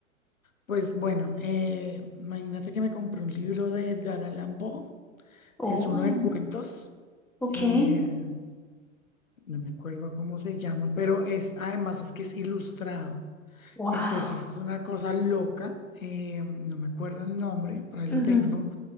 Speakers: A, on the left; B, in the centre.
A: pues bueno, eh, imagínate que me compré un libro de Edgar Allan Poe,
B: Oh,
A: es uno de cuentos,
B: ok.
A: eh, no me acuerdo cómo se llama, pero es, además es que es ilustrado.
B: Wow.
A: Entonces es una cosa loca, eh, no me acuerdo el nombre, por ahí lo
B: Ujú,
A: tengo.